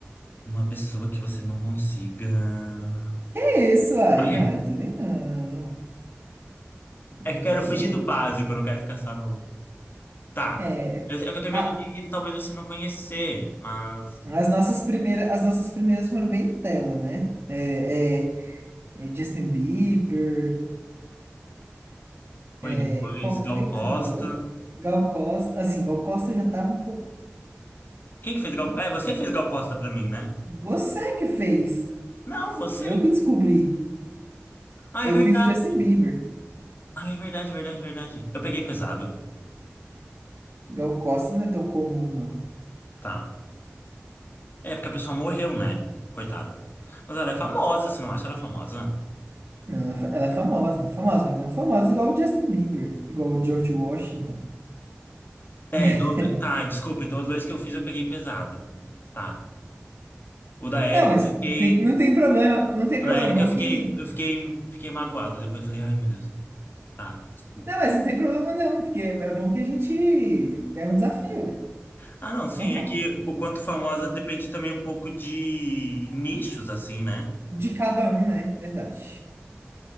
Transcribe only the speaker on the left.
numa pessoa que você não consiga.
<laughs>
É que eu quero
fugir
do básico, eu não quero ficar só no. Tá.
Eu- É que eu tenho
medo de talvez você não conhecer, mas
foi
depois
Gal Costa.
Quem que fez
Gal É, você fez Gal Costa pra mim, né?
Não, você.
Ah,
é verdade.
Ah, é verdade, verdade, verdade. Eu peguei pesado.
Tá. É, porque a pessoa morreu, né? Coitada. Mas ela é famosa, você não acha ela famosa?
É,
então. eu pe- Tá, desculpa. Então os dois que eu fiz eu peguei pesado. Tá. O da Erika
eu fiquei.
O da Erika
eu fiquei.
Eu fiquei. Fiquei magoado. Depois eu falei, ai meu Deus. Ah, desculpa.
Ah, não, sim,
é que o quanto famosa depende também um pouco de nichos, assim, né?